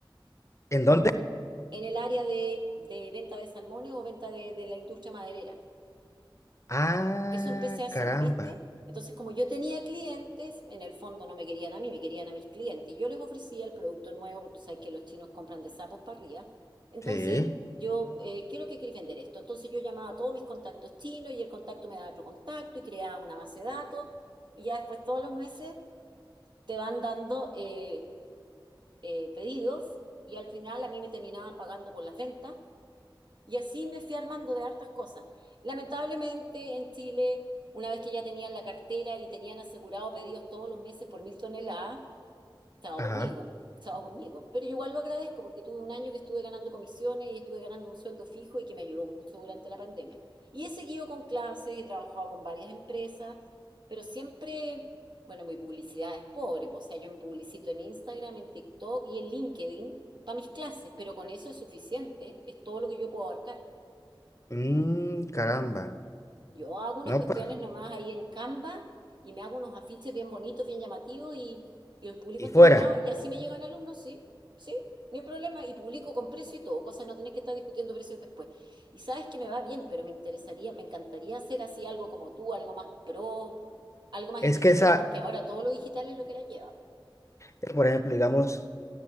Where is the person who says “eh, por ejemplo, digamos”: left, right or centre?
Left